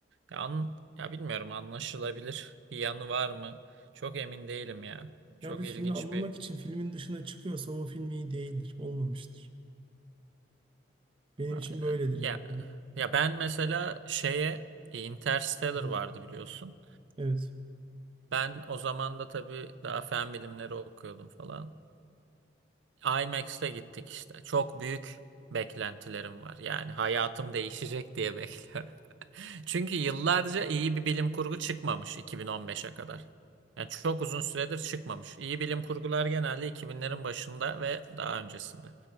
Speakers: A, on the right; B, on the right.
A: Ya, an- ya bilmiyorum anlaşılabilir bir yanı var mı? Çok emin değilim ya. Çok
B: Ya bir filmi
A: ilginç
B: anlamak
A: bir
B: için filmin dışına çıkıyorsam o film iyi değildir, olmamıştır. Benim
A: aynen.
B: için böyledir
A: Ya
B: yani.
A: ya ben mesela şeye e, Interstellar
B: Hı,
A: vardı biliyorsun.
B: Evet.
A: Ben o zaman da tabii daha fen bilimleri okuyordum falan. IMAX'te gittik işte. Çok büyük beklentilerim var. Yani hayatım değişecek diye <laughs> bekliyorum. Çünkü yıllarca iyi bir bilim kurgu çıkmamış 2015'e kadar. Yani çok uzun süredir çıkmamış. İyi bilim kurgular genelde 2000'lerin başında ve daha öncesinde.